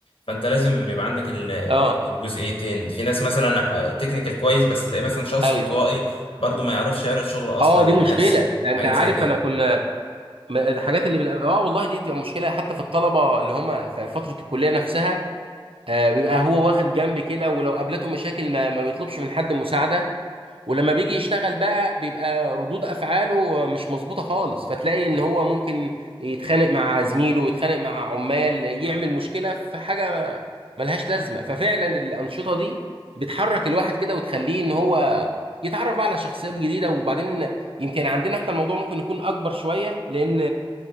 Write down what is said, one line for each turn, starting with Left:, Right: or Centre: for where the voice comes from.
Left: فانت لازم يبقى عندك ال-
Right: اه
Left: الجزئيتين في ناس مثلا تكنيكال كويس بس تلاقيه مثلا شخص
Right: ايوه
Left: انطوائي برضه ما يعرفش يعرض شغله اصلا
Right: اه دي
Left: للناس
Right: مشكله ده انت
Left: حاجات
Right: عارف
Left: زي كده
Right: انا كنا م- الحاجات اللي من اه والله دي تبقى مشكله حتى في الطلبه اللي هم في فتره الكليه نفسها آه بيبقى هو واخد جنب كده ولو قابلته مشاكل ما, ما بيطلبش من حد مساعده ولما بيجي يشتغل بقى بيبقى ردود افعاله مش مظبوطه خالص فتلاقي ان هو ممكن يتخانق مع زميله يتخانق مع عمال يعمل مشكله في حاجه ملهاش لازمه ففعلا الانشطه دي بتحرك الواحد كده وتخليه ان هو يتعرف بقى على شخصيات جديده وبعدين يمكن عندنا احنا الموضوع ممكن يكون اكبر شويه لان